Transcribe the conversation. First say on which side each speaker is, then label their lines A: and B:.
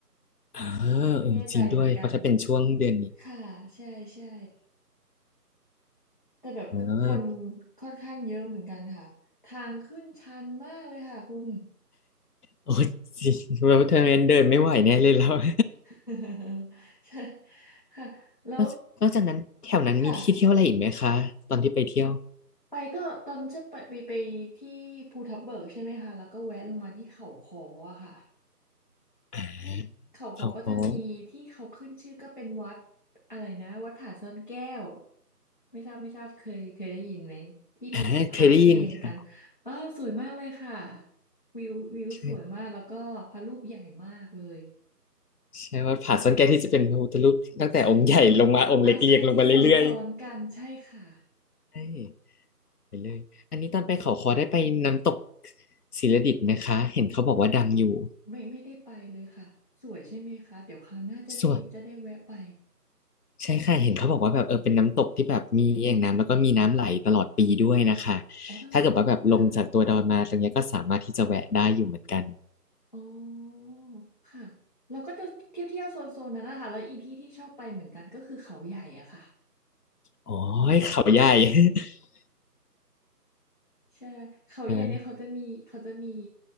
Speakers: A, on the left; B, on the left.
A: อ่าเออจริงด้วย
B: ไม่แน่ใจเหมือนกัน
A: เพราะถ้าเป็นช่วงเดือนนี้
B: ค่ะใช่ใช่แต่แบบคน
A: อ่า
B: ค่อนข้างเยอะเหมือนกันค่ะทางขึ้นชันมากเลยค่ะคุณ
A: โอ้จริง <laughs> แล้วเธอนั้นเดินไม่ไหวแน่เลยแล้ว <laughs>
B: <laughs> ใช่ค่ะแล้ว
A: นอกนอกจากนั้นแถวนั้นมีที่เที่ยวอะไรอีกไหมคะตอนที่ไปเที่ยว
B: ค่ะไปก็ตอนจะไปไปไปที่ภูทับเบิกใช่ไหมคะแล้วก็แวะลงมาที่เขาขออะค่ะ
A: อ่า
B: เขาเขาก็จะมีที่เขาขึ้นชื่อก็เป็นวัด
A: เขาโค้ง
B: อะไรนะวัดผาซ่อนแก้วไม่ทราบไม่ทราบเคยเคยได้ยินไหมที่มีพระเรียงกันเออสวยมากเลยค่ะ
A: อ่าเคยได้ยินค่ะ
B: วิววิวสวยมากแล้วก็พระรูปใหญ่มากเลย
A: ใช่ใช่ว่าผาซ่อนแก้วที่จะเป็นพระพุทธรูปตั้งแต่องค์ใหญ่ลงมาองค์เล็กเรียงลงมาเรื่อย
B: ใช่อาใช่ที่ซ้อนซ้อนกันใช่ค่ะ
A: ๆใช่ ไปเลยอันนี้ตอนไปเขาคอได้ไปน้ำตกศิลดิษฐ์ไหมคะ เห็นเขาบอกว่าดังอยู่
B: โอ้ไม่ไม่ได้ไปเลยค่ะสวยใช่ไหมคะเดี๋ยวครั้งหน้าจะได้จะได้แวะไป
A: ส่วนใช่ค่ะ เห็นเขาบอกว่าแบบเออเป็นน้ำตกที่แบบมีแอ่งน้ำแล้วก็มีน้ำไหลตลอดปีด้วยนะคะ
B: อ๋อตลอดปิดค่ะ
A: ถ้าเกิดว่าแบบลงจากตัวดอยมาตรงเนี้ยก็สามารถที่จะแวะได้อยู่เหมือนกัน
B: อ๋อค่ะเราก็จะเที่ยวเที่ยวโซนโซนนั้นนะคะแล้วอีกที่ที่ชอบไปเหมือนกันก็คือเขาใหญ่อะค่ะ
A: อ๋อยเขาใหญ่ <laughs>
B: ใช่เขาใหญ่เนี่ยเขาจะมีเขาจะมี
A: เออ